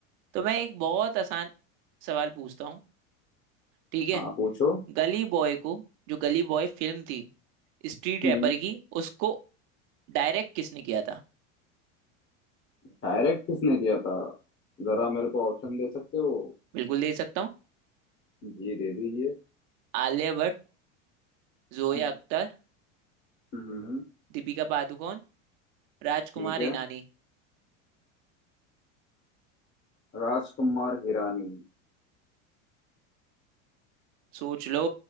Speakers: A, on the right (about 60°); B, on the left (about 30°).
A: तो मैं एक बहुत आसान सवाल पूछता हूँ ठीक है
B: हाँ पूछो
A: गली बॉय को जो गली बॉय फिल्म थी स्ट्रीट रैपर
B: हम्म
A: की उसको डायरेक्ट किसने किया था
B: डायरेक्ट किसने किया था जरा मेरे को ऑप्शन दे सकते हो
A: बिल्कुल दे सकता हूँ
B: जी दे दीजिए
A: आलिया भट्ट जोया
B: हम्म
A: अख्तर
B: हम्म,
A: दीपिका पादुकोण राजकुमार
B: ठीक है
A: ईरानी
B: राजकुमार हिरानी
A: सोच लो